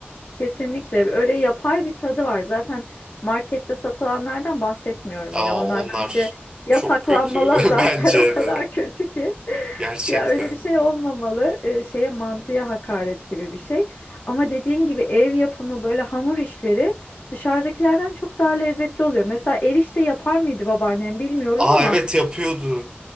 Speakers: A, on the left; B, on the right.
A: Kesinlikle öyle yapay bir tadı var. Zaten markette satılanlardan bahsetmiyorum
B: Aa,
A: bile. Onlar
B: onlar
A: bence yasaklanmalı
B: çok kötü
A: zaten
B: <laughs> bence
A: <laughs> o kadar
B: de
A: kötü ki.
B: gerçekten.
A: Ya öyle bir şey olmamalı. Ee, şeye mantıya hakaret gibi bir şey. Ama dediğin gibi ev yapımı böyle hamur işleri dışarıdakilerden çok daha lezzetli oluyor. Mesela erişte yapar mıydı babaannem bilmiyorum
B: Aa
A: ama
B: evet yapıyordu.